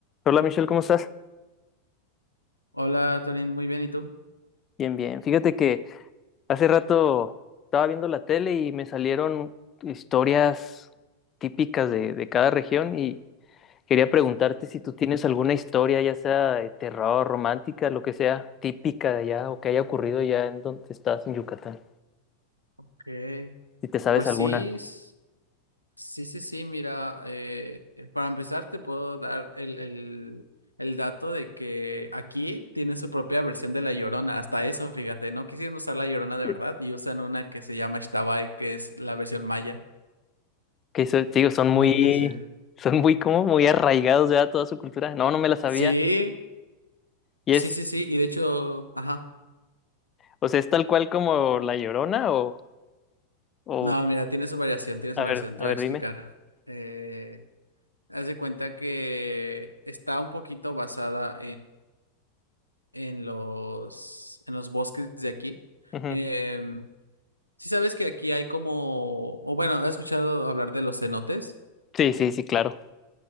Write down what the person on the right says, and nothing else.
Hola, Torín, muy bien, ¿y tú?
Ok.
Pues
sí, s- sí, sí, sí, mira, eh, eh, para empezar te puedo dar el, el, el dato de que aquí tienen su propia versión de La Llorona, hasta eso, fíjate, no quisieron usar La Llorona de
verdad y usan una que se llama Xtabay, que es la versión maya.
Entonces,
Sí,
sí, sí, sí, sí, y de hecho, ajá,
no, mira, tiene su variación, tiene
su variación,
te voy
a explicar.
Eh, haz de cuenta que está un poquito basada en los, en los bosques de aquí.
Em, sí sabes que aquí hay como, o bueno, ¿has escuchado hablar de los cenotes?